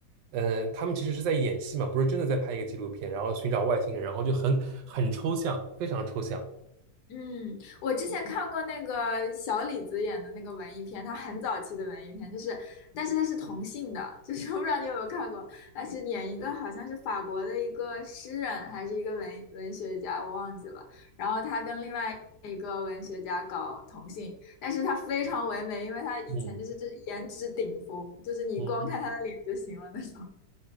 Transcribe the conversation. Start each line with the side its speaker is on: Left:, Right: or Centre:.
Right: 嗯、他们其实是在演戏嘛，不是真的在拍一个纪录片，然后寻找外星人，然后就很很抽象，非常抽象。
Left: 嗯，我之前看过那个小李子演的那个文艺片，他很早期的文艺片，就是，但是他是同性的，<laughs> 就是我不知道你有没有看过，他是演一个好像是法国的一个诗人还是一个文文学家，我忘记了，然后他跟另外一个文学家搞同性，但是他非常唯美，因为他以前就是就是颜值顶峰，
Right: 嗯
Left: 就是你光看他的脸就行了那种。
Right: 嗯